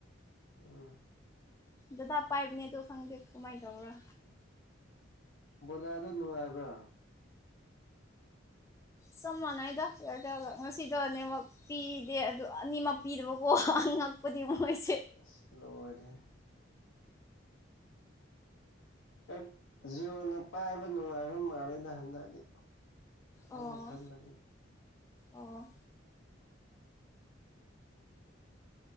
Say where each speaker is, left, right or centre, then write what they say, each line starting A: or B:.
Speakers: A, on the left; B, on the left.
A: ꯎꯝ
B: ꯗꯗꯥ ꯄꯥꯏꯞꯅꯦꯗꯣ ꯈꯪꯗꯦ ꯀꯃꯥꯏꯅ ꯇꯧꯕꯔꯥ
A: ꯕꯣꯖꯥꯗꯨ ꯅꯨꯡꯉꯥꯏꯕ꯭ꯔꯥ
B: ꯁꯃꯅ ꯏꯗꯔꯇ ꯉꯁꯤꯗꯅꯦ ꯄꯤꯗꯦ ꯑꯗꯨ ꯑꯅꯤꯃꯛ ꯄꯤꯗꯕꯀꯣ ꯗꯤ ꯋꯥꯣꯏ
A: ꯑꯁ ꯂꯣꯏꯔꯦꯍꯦ ꯍ ꯖꯤꯣꯅ ꯄꯥꯏꯕ ꯅꯨꯡꯉꯥꯏꯕ ꯃꯥꯜꯂꯦꯗ ꯍꯟꯗꯛꯗꯤ
B: ꯑꯣ
A: ꯑꯩꯅ ꯈꯟꯕꯗꯤ
B: ꯑꯣ